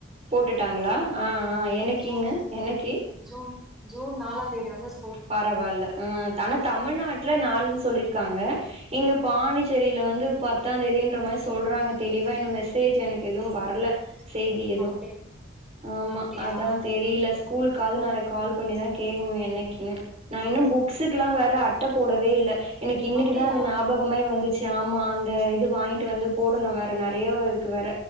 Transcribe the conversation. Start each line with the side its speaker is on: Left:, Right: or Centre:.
Right: போட்டுட்டாங்களா ஆஹ் ஆஹ் என்னகிங்க
Centre: ஜூன்
Right: என்னக்கி
Centre: ஜூன் ஜூன் நாலாந்தேதி வந்து ஸ்கூ
Right: பரவால அ ஆனா தமிழ்நாட்டுல நாளு சொல்லிருக்காங்க இங்கப் பாண்டிச்சேரியில வந்து பத் எட்டாந்தேதின்ற மாரி சொல்றாங்க தெளிவா இன்னு மெசேஜ் எனக்கு எதுவு வரல செய்தி எதுவு
Centre: அப்டி
Right: ஆமா
Centre: அப்டியா
Right: அதா தெரியில ஸ்கூலுக்காவது நாளைக் கால் பண்ணிதா கேக்ணு என்னக்கினு நா இன்னு புக்ஸுக்குலா வேற அட்ட போடவே இல்ல எனக்கு இன்னிக்குதா
Centre: அப்டியா
Right: அது ஞாபகமே வந்துச் ஆமா அந்த இது வாங்கிட்டு வந்து போடணு வேற நெறையா இருக்கு வேற